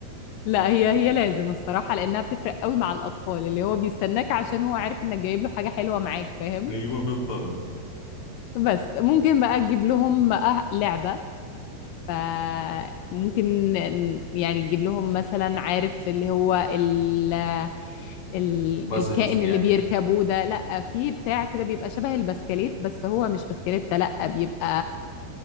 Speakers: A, on the left; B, on the left.
A: لا هي هي لازم الصراحة لأنها بتفرق قوي مع الأطفال اللي هو بيستناك عشان هو عارف إنك جايب له حاجة حلوة معاك فاهم
B: أيوة بالضبط
A: بس ممكن بقى تجيب لهم بقى لعبة فممكن يعني تجيب لهم مثلا عارف اللي هو ال ال
B: بازلز
A: الكائن
B: يعني
A: اللي بيركبوه ده لا في بتاع كده بيبقى شبه البسكليت بس هو مش بسكليت لا بيبقى